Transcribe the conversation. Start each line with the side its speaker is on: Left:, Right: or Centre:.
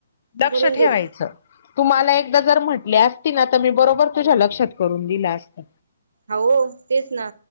Left: लक्ष
Right: भरून
Left: ठेवायचं.
Right: देईल
Left: तुम्हाला एकदा जर म्हटली असती ना तर मी बरोबर तुझ्या लक्षात करून दिलं असत.
Right: आ हो, तेच ना.